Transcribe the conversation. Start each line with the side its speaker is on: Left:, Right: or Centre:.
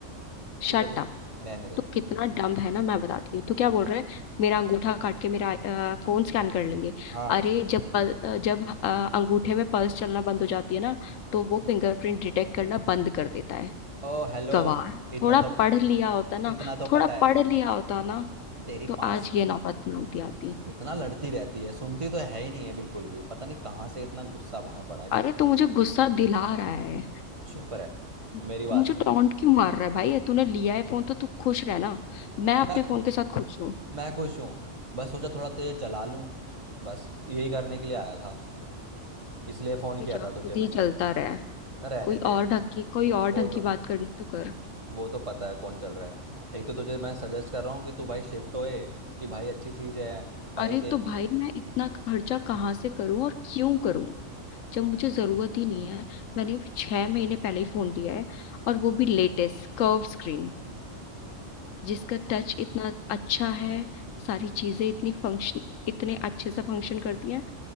Right: तुझे
Left: शट
Right: कुछ
Left: अप
Right: रहने दे
Left: तो कितना डम्ब है ना मैं बताती हूँ तू क्या बोल रहा है मेरा अंगूठा काट के मेरा आ, फोन स्कैन कर लेंगे
Right: हाँ
Left: अरे जब पल, अ, जब अ, अंगूठे में पल्स चलना बंद हो जाती है ना तो वो फिंगरप्रिंट डिटेक्ट करना बंद कर देता है
Right: ओ हेलो
Left: गवार
Right: इतना
Left: थोड़ा
Right: तो
Left: पढ़ लिया होता ना
Right: इतना तो
Left: थोड़ा
Right: पता है
Left: पढ़ लिया होता ना
Right: तेरी
Left: तो
Right: पास
Left: आज ये नौबत ना आती आती
Right: इतना लड़ती रहती है सुनती तो है ही नहीं है बिल्कुल भी पता नहीं कहाँ से इतना गुस्सा भरा पड़ा है
Left: अरे तू मुझे गुस्सा दिला रहा है
Right: चुप रहे
Left: तू
Right: मेरी बात
Left: मुझे
Right: सुन
Left: टॉन्ट क्यों मार रहा है भाई तूने लिया है फोन तो तू खुश रह ना मैं अपने
Right: मैं
Left: फोन के साथ खुश हूँ
Right: मैं खुश हूँ बस सोचा थोड़ा तेज जला लूं बस यही करने के लिए आया था इसलिए फोन
Left: तब ये
Right: किया
Left: चाक
Right: था तुझे
Left: खुद
Right: मैंने
Left: ही जलता रहा है।
Right: रहने
Left: कोई
Right: दे
Left: और ढंग की कोई और
Right: वो
Left: ढंग
Right: तो
Left: की बात करनी तो कर
Right: वो तो पता है कौन चल रहा है एक तो तुझे मैं सजेस्ट कर रहा हूँ कि तू भाई शिफ्ट होए कि भाई अच्छी चीज़ है भाई
Left: अरे
Right: ते
Left: तो भाई मैं इतना खर्चा कहाँ से करूं और क्यों करूं जब मुझे जरूरत ही नहीं है मैंने अभी छह महीने पहले ही फोन लिया है और वो भी लेटेस्ट कर्व स्क्रीन जिसका टच इतना अच्छा है सारी चीजें इतनी फंक्शन इतने अच्छे से फंक्शन करती हैं